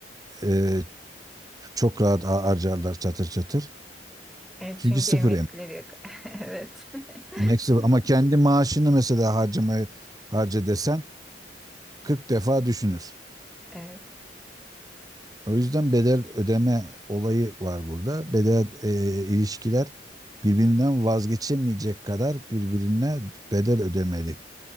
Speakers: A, on the right; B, in the centre.
A: e, çok rahat ha- harcarlar çatır çatır?
B: Evet,
A: Çünkü
B: çünkü
A: sıfır
B: emeklileri
A: emek.
B: yok. <laughs> Evet. <laughs>
A: Emek sıfır. Ama kendi maaşını mesela harcamaya harca desen 40 defa düşünür.
B: Evet.
A: O yüzden bedel ödeme olayı var burada. Bedel e, ilişkiler birbirinden vazgeçemeyecek kadar birbirine bedel ödemeli